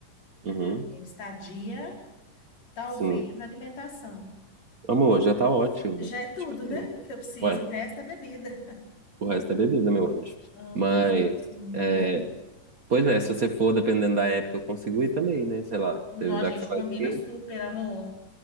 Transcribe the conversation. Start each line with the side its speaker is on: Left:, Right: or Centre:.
Right: uhum,
Left: a estadia, talvez
Right: sim.
Left: a alimentação.
Right: Amor, já tá ótimo.
Left: Já é tudo,
Right: Tipo assim,
Left: né? Que eu preciso.
Right: ué,
Left: O resto é bebida.
Right: o resto é bebida, meu anjo.
Left: Amo.
Right: Mas,
Left: Hum.
Right: é, pois é, se você for, dependendo da época, eu consigo ir também, né? Sei lá,
Left: Não,
Right: eu-
Left: a
Right: já
Left: gente
Right: que você vai
Left: combina
Right: ir,
Left: super, amor.